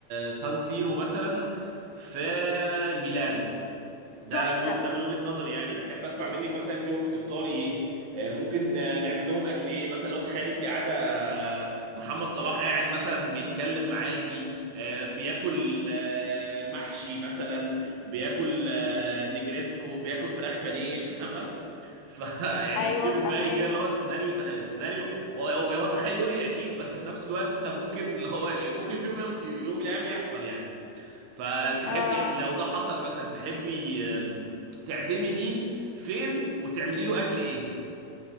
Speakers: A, on the right (about 75°); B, on the left (about 80°).
A: سان سيرو مثلا في ميلانو ده
B: تحفة
A: من ده من وجهة نظري يعني انا احب اسمع منك مثلا انت ممكن تفطري ايه آه، ممكن آه، نعمل لهم اكل ايه مثلا لو تخيل انت قاعده آه، محمد صلاح قاعد مثلا بيتكلم معاكي آه، بياكل آه، محشي مثلا بياكل آه، نجريسكو بياكل فراخ بانيه فاهمه فيعني
B: ايوه
A: <laughs> جيب
B: فهماك
A: دماغي كده اللي هو سيناريو تخ... سيناريو هو هو تخيلي اكيد بس في نفس الوقت انت ممكن اللي هو إيه، ممكن في يوم يوم من الايام يحصل يعني فتحبي
B: اه
A: لو ده حصل مثلا تحبي آم، تعزمي مين فين وتعملي له اكل ايه